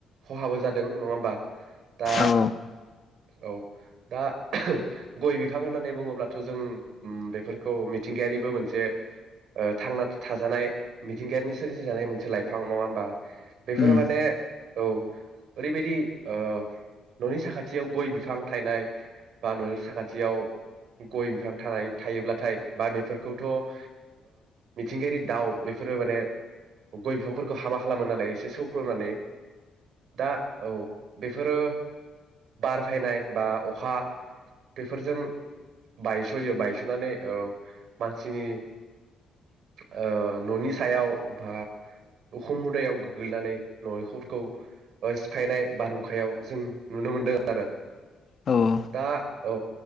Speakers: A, on the right (about 70°); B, on the left (about 45°).
A: खहाबो जादों नङा होमबा दा
B: औ
A: औ दा गय बिफां होननानै बुङोब्लाथ जों बेफोरखौ मिथिंगायारिबो मोनसे ओ थांना थाजानाय मिथिंगायारिनि सोरजिजानाय मोनसे लाइफां नङा होमबा बेफोरो
B: उम
A: माने औ ओरैबायदि ओ ननि साखाथियाव गय बिफां थायनाय बा ननि साखाथियाव गय बिफां थानाय थायोब्लाथाय बा बेफोरखौथ ओ मिथिंगायारि दाउ बेफोरो माने गय बिफांफोरखौ हामा खालामो नालाय एसे सौख्लनानै दा औ बेफोरो बार फैनाय बा अखा बेफोरजों बायसयो बायसनानै ओ मानसिनि ओ ननि सायाव बा उखुम मुदायाव गोग्लैनानै नखरफोरखौ सिफायनाय बारहुंखायाव जों नुनो मोनदों आरो।
B: औ ओ
A: दा औ